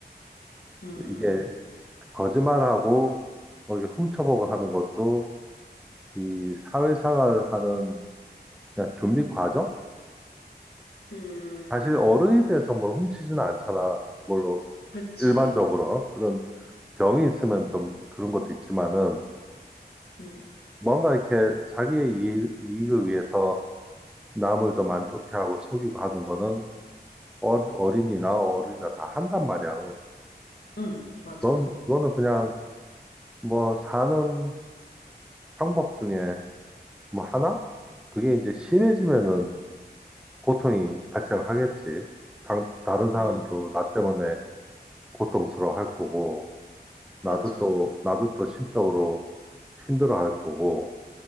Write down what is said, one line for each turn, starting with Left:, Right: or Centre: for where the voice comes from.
Centre: <laughs>
Left: 음,
Centre: 이게 거짓말하고 뭐 이게 훔쳐보고 하는 것도 이 사회생활 하는 그냥 준비 과정?
Left: 음,
Centre: 사실 어른이 돼서 뭘 훔치지는 않잖아. 물론
Left: 그렇지.
Centre: 일반적으로 그런 병이 있으면 좀 그런 것도 있지만은
Left: 음,
Centre: 뭔가 이렇게 자기의 이익- 이익을 위해서 남을 좀 안 좋게 하고 속이고 하는 거는 어리- 어린이나 어른이나 다 한단 말이야.
Left: 음, 맞아.
Centre: 그건, 그거는 그냥 뭐 사는 방법 중에 뭐 하나? 그게 이제 심해지면은 고통이 발생하겠지. 장, 다른 사람도
Left: 음,
Centre: 나 때문에 고통스러워 할 거고,
Left: 맞아.
Centre: 나도 또, 나도 또 심적으로 힘들어 할 거고,